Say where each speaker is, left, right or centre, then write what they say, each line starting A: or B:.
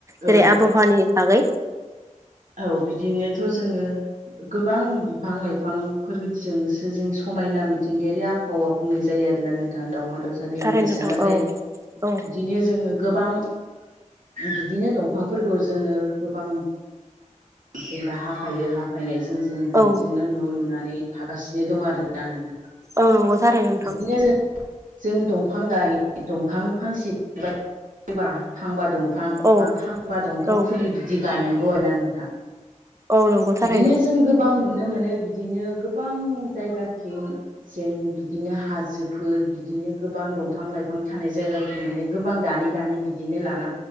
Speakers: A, on the right (about 20°); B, on the right (about 85°).
A: जेरै
B: औ
A: आबहावानि बागै
B: औ बिदिनोथ' जोङो गोबां बिफां लाइफांफोरजोंसो जों समायना मिथिंगायारि आबहावा बुंनाय जायो आरो आरो नोंथां दावमा दाउसा दैमा
A: थारैनो
B: दैसा
A: नोंथां
B: नाथाय
A: औ औ
B: बिदिनो जोङो गोबां बिदिनो दंफांफोरखौ जोङो गोबां जेनबा हाफायो हाफायनायजों जों बेजोंनो
A: औ
B: न' लुनानै थागासिनो दं आरोना नोंथां
A: औ नंगौ थारैनो नोंथां
B: बिदिनो जों जों दंफां गाय दंफां फांसे फांबा दंफां दंफां
A: औ
B: बा फांबा दंफां
A: औ
B: फुलि बिदि गायनांगौ आरोना नोंथां
A: औ नंगौ थारैनो
B: बिदिनो जों गोबां नुयो नुनो मोनो बिदिनो गोबां जायगाथिं जेन बि बिदिनो हाजोफोर बिदिनो गोबां दंफां लाइफां थानाय जायगाखौ माने गोबां दानै दानै बिदिनो लाना